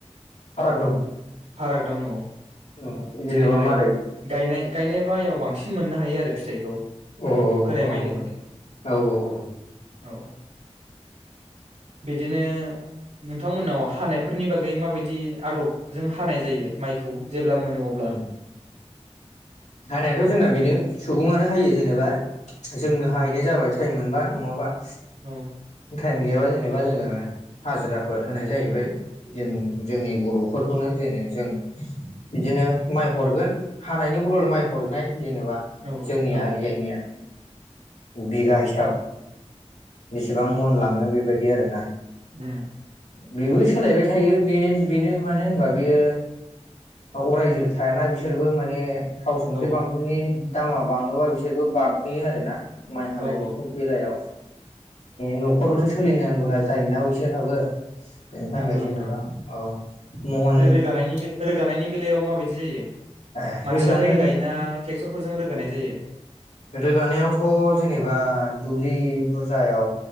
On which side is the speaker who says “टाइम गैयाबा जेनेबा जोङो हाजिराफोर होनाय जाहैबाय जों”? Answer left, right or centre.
Left